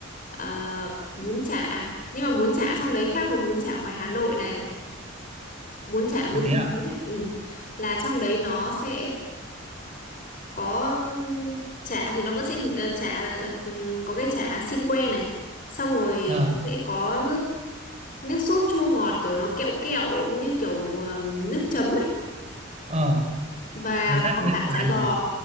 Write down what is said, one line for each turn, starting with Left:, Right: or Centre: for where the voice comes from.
Left: à, bún chả. Nhưng mà bún chả trong đấy khác với bún chả ngoài Hà Nội này, bún chả bún
Right: à thế
Left: thịt
Right: à
Left: nướng ấy. Ừ. Là trong đấy nó sẽ có um, chả thì nó vẫn sẽ ờ, chả ừm, có cái chả xiên que này xong rồi
Right: ờ
Left: nó sẽ có nước nước sốt chua ngọt kiểu nó kẹo kẹo như kiểu ừm, nước chấm ấy
Right: ờ
Left: và
Right: nó khác
Left: có
Right: nhà
Left: cả chả
Right: là nhiều
Left: giò